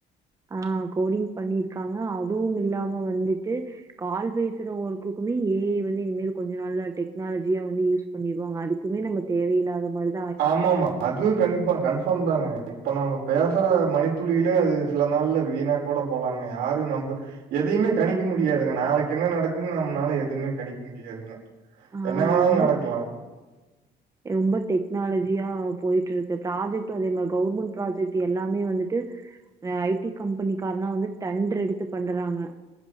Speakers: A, on the right (about 20°); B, on the right (about 80°).
A: ஆ கோடிங் பண்ணிருக்காங்க அதுவு இல்லாம வந்துட்டு கால் பேசுற ஒர்க்கக்குமே ஏ ஐ வந்து இனிமேல் கொஞ்ச நாள்ல டெக்னாலஜிய வந்து யூஸ் பண்ணிடுவாங்க அதுக்குமே நம்ம தேவையில்லாத மாதிரி
B: ஆமா ஆமா அதுவு கன்ஃபா கன்ஃபா தாங்க இப்ப நம்ம பேசுற மணித்துளிலே அது சில நாள்ல வெளி நாட் கூட போலாங்க யாரு நம்ப எதையுமே கணிக்க முடியாதுங்க நாளைக்கு என்ன நடக்குன்னு நம்மனால எதுவுமே கணிக்க முடியாதுங்க
A: ஆ
B: என்ன வேணாலு
A: ரொம்ப
B: நடக்கலா
A: ரொம்ப டெக்னாலஜியா போயிட்டு இருக்கு ப்ராஜெக்ட் அதே மாதிரி கவுர்மெண்ட் ப்ராஜெக்ட் எல்லாமே வந்துட்டு ஐடி கம்பெனி காரனா வந்து டண்டர் எடுத்து பண்றாங்க